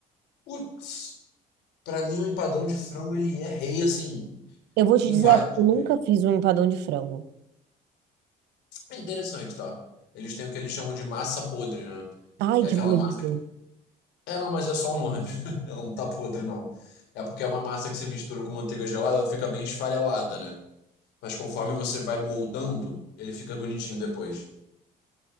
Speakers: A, on the left (about 80°); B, on the right (about 85°).
A: Putz, pra mim o empadão de frango, ele é rei, assim,
B: Eu vou te
A: em
B: dizer,
A: vários
B: eu acho que eu nunca
A: níveis.
B: fiz um empadão de frango.
A: É interessante, tá? Eles têm o que eles chamam de massa podre, né?
B: Ai,
A: Que
B: que
A: é aquela
B: nome
A: massa
B: horrível.
A: É, não, mas é só o nome. <laughs> Ela não tá podre, não. É porque é uma massa que você mistura com manteiga gelada, ela fica bem esfarelada, né? Mas conforme você vai moldando, ele fica bonitinho depois.